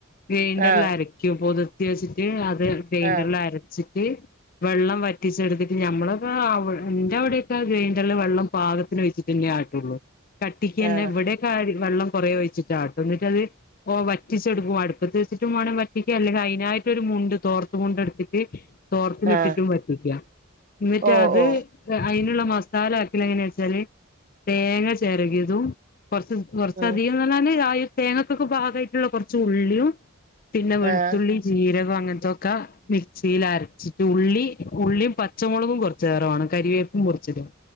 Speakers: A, on the left (about 40°); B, on the right (about 40°).
A: ഗ്രൈൻഡറിൽ
B: ആഹ്
A: അരക്കും പൊത ർത്തി വെച്ചിട്ട് അത് ഗ്രെയിണ്ടർല്
B: ആഹ്
A: അരച്ചിട്ട് വെള്ളം വറ്റിച്ചെടുത്തിട്ട് ഞമ്മളക്കെ ന്റെ അവിടെക്കെ ഗ്രെയിൻറള് വെള്ള പാകത്തിന് ഒഴി ന്നെ ആട്ടുള്ളൂ കട്ടിക്കന്നെ
B: ആഹ്
A: ഇവിടെ വെള്ളം കുറെ ഒഴിച്ചിട്ടാട്ടും ന്നിട്ടത് വറ്റിച്ചെടുക്കും അടുപ്പത് ടും ബാണം വറ്റിക്ക അല്ലെങ്കിൽ അയ്നായിട്ട് ഒരു മുണ്ട് തോർത്ത് മുണ്ട് എടുത്തിട്ട്. തോർത്തിലിട്ടിട്ടും
B: ആഹ്
A: വറ്റിക്ക ന്നിട്ട്
B: ഓ
A: അത്
B: ഓ
A: അയ്നുള്ള മസാല ആക്കൽ എങ്ങനാച്ചാല് തേങ്ങ ചിരകിയതും കൊറച്ച് കുറച്ചധികംന്ന്റഞ്ഞാല്
B: ഉം
A: ആ തേങ്ങക്കൊക്കെ പാകായിട്ടുള്ള കുറച്ച് ഉള്ളിയും പിന്നെ വെളുത്തുള്ളി
B: ആഹ്
A: ജീരകം അങ്ങനത്തെക്ക മിക്സിൽ അരച്ചിട്ട് ഉള്ളി ഉള്ളിയും പച്ചമുളകും കുറച്ചേറെമാണം കരിവേപ്പും കുറച്ചിടും.